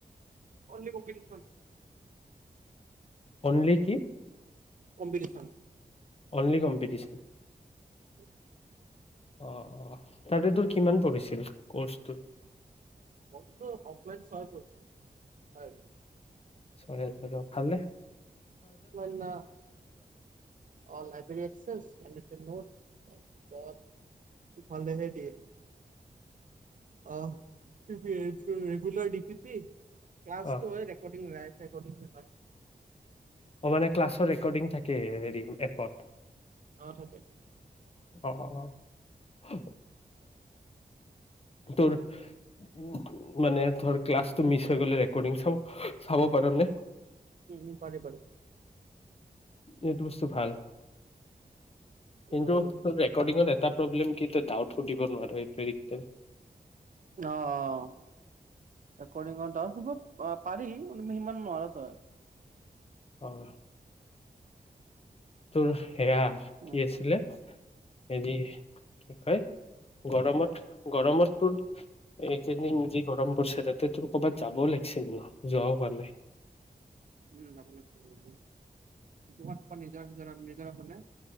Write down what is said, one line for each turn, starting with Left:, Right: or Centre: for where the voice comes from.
Right: অনলি কম্পিতিছন
Left: অনলি কি?
Right: কম্পিটিচন
Left: অনলি কম্পিটিচন
Right: <unintelligible>
Left: অ অ তাতে তোৰ কিমান পৰিছিল কৰ্চটোত?
Right: মো অফলাইন শেয়াৰ কৰিছো হয়।
Left: ছয়াজাৰ ভালনে?
Right: লাইব্ৰেৰী এক্সচাঞ্চ ভালে সেই ড অ' ৰেগুলাৰ ড পি পি ক্লছটো
Left: অ
Right: হয় ৰেকৰ্ডিং ৰা ৰেকৰ্ডিং <inaudible>
Left: অ' মানে ক্লাছৰ ৰেকৰ্ডিং থাকে হেৰি এপত?
Right: অ' থাকে।
Left: অ' তোৰ উ
Right: অ',
Left: মানে ধৰ ক্লাছ ত মিছ হৈ গ'লে ৰেকৰ্ডিং চাব চাব পাৰ নে?
Right: উম উম পাৰে পাৰে।
Left: এইটো বুস্তু ভাল।
Right: সেইটো
Left: কিন্তু
Right: হয় বাৰু।
Left: ত ৰেকৰ্ডিঙত এটা প্ৰব্লেম কি ডাউট সুধিব নোৱাৰ এইটোৱেই দিগদাৰ।
Right: আহ আহ। ৰেকৰ্ডিংত দৌত হব অ' পাৰি ইমান সিমান নোৱাৰ তই।
Left: অ'। তোৰ হেয়া
Right: উম
Left: কি আছিলে এজ কি কয় গৰমত গৰমত তোৰ এইকেইদিন যি গৰম পৰিছে তাতে তোৰ ক'বাত যাবও লাগিছিল ন যোৱাও হোৱা নাই।
Right: উম ডাপ <unintelligible> তোমাৰ ক'ৰবাত নিজৰা চিজৰা জাব পাৰো নে?